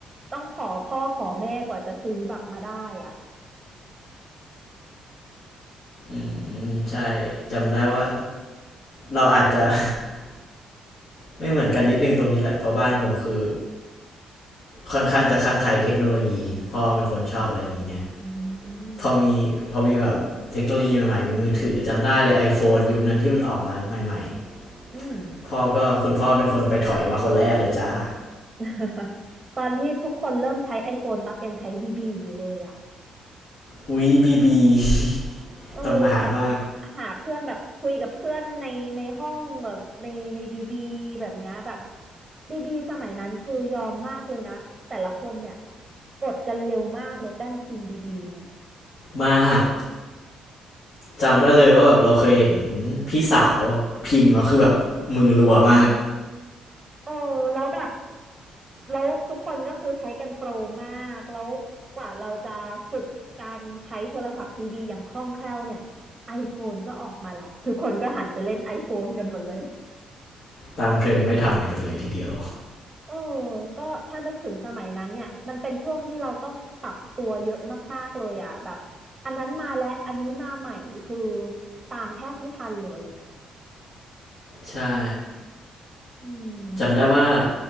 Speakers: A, on the right (about 20°); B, on the left (about 65°).
A: ต้องขอพ่อขอแม่กว่าจะซื้อแบบมาได้อ่ะ
B: ำ อืมใช่ จำได้ว่าเราอาจจะ <laughs> ไม่เหมือนกันนิดนึงตรงนี้แหละเพราะบ้านผมคือค่อนข้างจะข้างใครเทคโนโลยี พ่อเป็นคนชอบอะไรอย่างเงี้ย
A: อืม
B: พอมีพอมีแบบเทคโนโลยีใหม่ๆ มีมือถือจำได้เลย iPhone ยุคนั้นที่มันออกมาใหม่
A: อืม
B: ๆพ่อก็คุณพ่อเป็นคนไปถอยมาคนแรกเลยจ้า
A: <laughs> ตอนที่ทุกคนเริ่มใช้ iPhone ตักยังใช้บีบีอยู่เลยอ่ะ
B: อุ๊ยบีบี <laughs>
A: เออแบบ
B: ตำนานมาก
A: หาเพื่อนแบบคุยกับเพื่อนในในห้องแบบในในบีบีแบบเนี้ยแบบบีบีสมัยนั้นคือยอมมากเลยนะแต่ละคนเนี่ยกดกันเร็วมากเลยแป้นพิมพ์บีบีเนี่ย
B: มากจำได้เลยว่าแบบเราเคยเห็นพี่สาวพิมพ์แล้วคือแบบมือรัวมาก
A: เออแล้วแบบแล้วทุกคนก็คือใช้กันโปรมากแล้วกว่าเราจะฝึกการใช้โทรศัพท์บีบีอย่างคล่องแคล่วเนี่ย iPhone ก็ออกมาแหละทุกคนก็หันไปเล่น iPhone กันหมดเลย
B: ตามเทรนด์ไม่ทันกันเลยทีเดียว
A: เออก็ถ้านึกถึงสมัยนั้นเนี่ย มันเป็นช่วงที่เราต้องปรับตัวเยอะมากๆเลยอ่ะแบบอันนั้นมาแล้ว อันนี้มาใหม่ คือตามแทบไม่ทันเลยอ่ะ
B: ใช่
A: อืม
B: จำได้ว่า